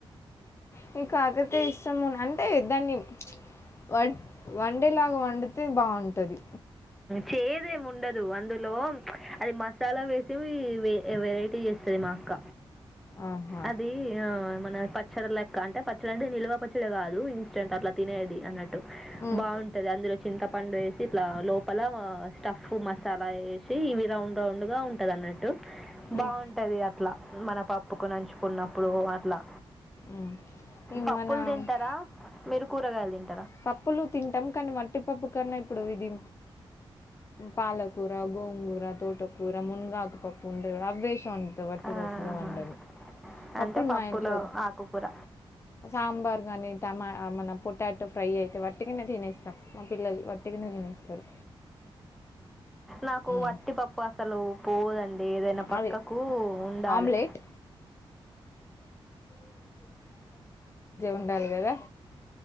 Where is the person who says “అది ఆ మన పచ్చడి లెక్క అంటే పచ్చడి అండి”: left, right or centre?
Centre